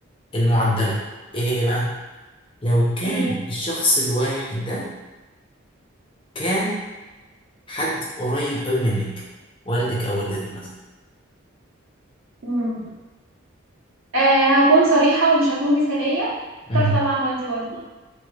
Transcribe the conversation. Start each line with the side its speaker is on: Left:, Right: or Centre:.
Left: المعدلة ايه هي بقى لو كان
Right: هي
Left: الشخص الواحد ده كان حد قريب قوي منك والدك او والدتك مثلا
Right: امم آه هكون صريحة ومش هكون مثالية
Left: مم.
Right: اختار طبعا والدي والدي